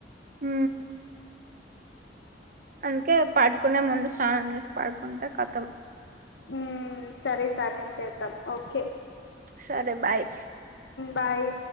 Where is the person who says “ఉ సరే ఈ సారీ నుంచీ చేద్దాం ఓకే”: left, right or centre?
Left